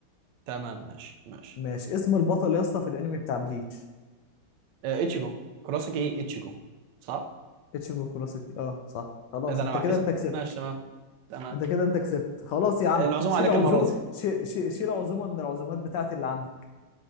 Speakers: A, on the right (about 70°); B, on the left (about 75°).
A: تمام ماشي ماشي
B: ماشي اسم البطل يا اسطى في الانمي بتاع بليتش
A: آه، اتشيجو كراسكي اتشيجو صح
B: اتشيجو كوروسوكي اه صح خلاص
A: اذا انا
B: انت
A: بعكس
B: كده انت كسبت
A: ماشي تمام تمام
B: انت كده انت كسبت خلاص يا عم
A: العزومه
B: شيل
A: عليك
B: عزومه
A: المره دي
B: شيل شيل عزومه من العزومات بتاعتي اللي عندك